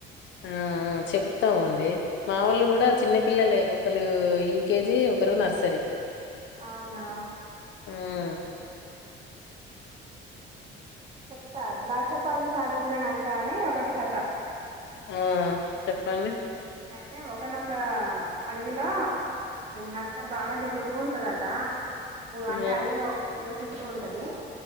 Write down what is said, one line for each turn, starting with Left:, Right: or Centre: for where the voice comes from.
Left: ఆ చెప్తామండి మా వాళ్ళు కూడా చిన్న పిల్లలే ఒకలు యూకేజీ ఒకరు నర్సరి
Right: అవునా
Left: మ్మ్
Right: చెప్తా ద్రాక్ష పండ్లు సాధించిన నక్క అని ఒకటి కథ
Left: ఆ చెప్పండి
Right: అయితే ఒకనొక అడవిలో నక్క బాగా తిరుగుతూ ఉంటదట
Left: ఆ
Right: అంటే అడవిలో నివసిస్తూ ఉంటది